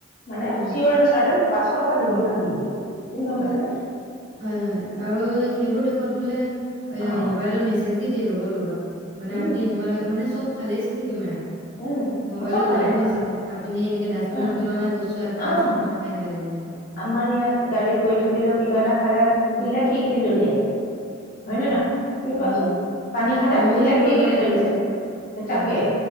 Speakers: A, on the left (about 40°); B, on the right (about 60°).
A: মানে,
B: হয়
A: চিঅৰ এণ্ চাৰ্টেন পাঁচশ টকা দিব লাগিবই। তুমি গম
B: হয়
A: পাইছ নে?
B: হয়, হয়। আৰু সেইবোৰ দেশত বোলে
A: অ
B: মবাইলত মেছেজ দি দিয়ে লগত লগত, মানে
A: উম
B: আপুনি এনেকুৱা মানে চব ভালে চি-চি কেমেৰা।
A: উম
B: মোবাইলত
A: চব ফালে
B: ডাইৰেক্ট
A: চব
B: মেছেজ
A: ফালে,
B: আহে আপুনি এনেকে ডাষ্টবিনত
A: অ
B: পেলোৱা নাই বস্তু ইয়াত পেলাইছে
A: অ
B: আপোনাৰ ফাইন লাগিল এনেকুৱা।
A: আমাৰ ইয়াত গাড়ীত গৈ থাকিলেও কিবা এটা খালে দিলে খিকিদী দলিয়াই। হয় নে নহয় তুমি কোৱাচোন?
B: উম
A: পানী খালে
B: আমিওতো
A: দিলে
B: কৰো
A: খিকিদি
B: ন সেইটো
A: দলিয়াই,
B: বস্তু। হয়,
A: তাকে